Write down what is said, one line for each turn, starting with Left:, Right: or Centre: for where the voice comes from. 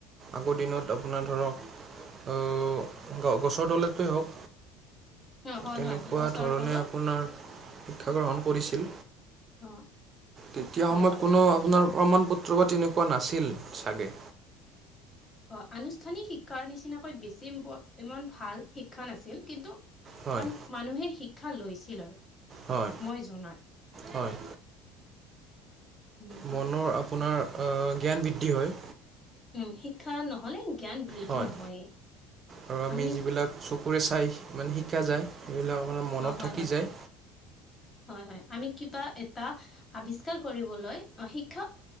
Right: আগৰ দিনত আপোনাৰ ধৰক আও গছৰ তলতে হওক
Left: অ হয়
Right: তেনেকুৱা
Left: হয় গছৰ
Right: ধৰণে
Left: তলত
Right: আপোনাৰ শিক্ষা গ্ৰহণ কৰিছিল।
Left: অ
Right: তেতিয়া
Left: হয়
Right: সময়ত
Left: হয়
Right: কোনো আপোনাৰ প্ৰমাণ পত্ৰ বা তেনেকুৱা নাছিল চাগে।
Left: অ' আনুষ্ঠানিক শিক্ষাৰ নিচিনাকৈ বেছি ইমান ভাল শিক্ষা নাছিল কিন্তু অকমান
Right: হয়
Left: মানুহে শিক্ষা লৈছিল আৰু।
Right: হয়,
Left: মই জনাত
Right: হয়।
Left: উম
Right: মনৰ
Left: হয়
Right: আপোনাৰ আ জ্ঞান বৃদ্ধি হয়।
Left: উম, শিক্ষা নহলে জ্ঞান বৃদ্ধি
Right: হয়
Left: নহয়ে
Right: আৰু
Left: আমি
Right: যিবিলাক চকুৰে চাই মানে শিকা যায়, সেইবিলাক মানে মনত
Left: অ হয়
Right: থাকি
Left: হয়
Right: যায়।
Left: হয়, হয় আমি কিবা এটা আৱিষ্কাৰ কৰিবলৈ অ শিক্ষা